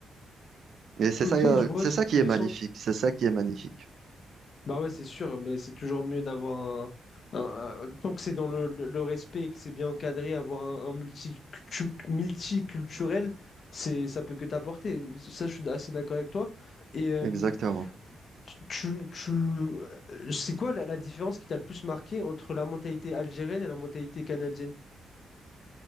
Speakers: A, on the right; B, on the left.
A: Et c'est
B: Ok,
A: ça, euh,
B: je vois,
A: c'est
B: c'est
A: ça qui
B: intéressant.
A: est magnifique. C'est ça qui est magnifique.
B: Bah ouais, c'est sûr, mais c'est toujours mieux d'avoir un, un- un- Tant que c'est dans le, le- le respect et que c'est bien encadré, avoir un, un multicultu- multiculturel, c'est, ça peut que t'apporter. Ça, je suis assez d'accord avec toi. Et euh,
A: Exactement.
B: tu, tu, tu- euh, c'est quoi la, la différence qui t'a le plus marqué entre la mentalité algérienne et la mentalité canadienne?